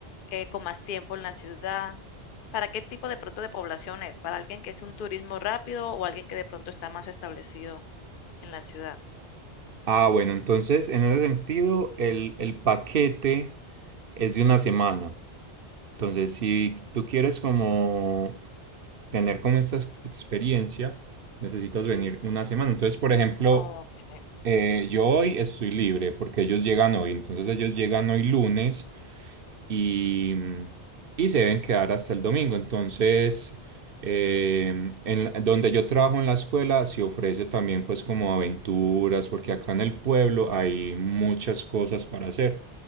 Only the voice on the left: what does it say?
eh, con más tiempo en la ciudad. ¿Para qué tipo de pronto de población es? ¿Para alguien que es un turismo rápido o alguien que de pronto está más establecido en la ciudad?
Okey,